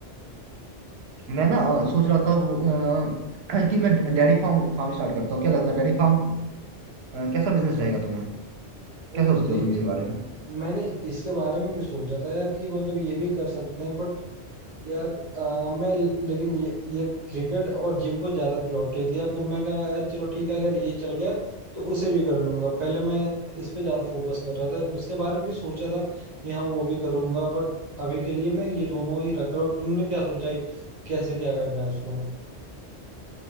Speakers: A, on the right; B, on the right.
A: मैं ना अ, सोच रहा था वो, अ, <clears throat> कि मैं डेयरी फार्म फार्म स्टार्ट करता हूँ क्या लगता है डेयरी फार्म कैसा बिजनेस रहेगा तुम्हें
B: भाई
A: क्या सोचते
B: ये
A: हो तुम
B: भी
A: इसके बारे में
B: मैंने इसके बारे में भी सोचा था यार कि मतलब ये भी कर सकते हैं बट यार अ, मैं लेकिन ये ये क्रिकेट और जिम को ज्यादा प्रायोरिटी दिया फिर मैं कहा यार चलो ठीक है अगर ये चल गया तो उसे भी कर लूंगा पहले मैं इस पे ज्यादा फोकस कर रहा था उसके बारे में भी सोचा था कि हाँ वो भी करूंगा बट अभी के लिए मैं ये दोनों ही रख रहा हूँ तुमने क्या सोचा है कि कैसे क्या करना है उसमें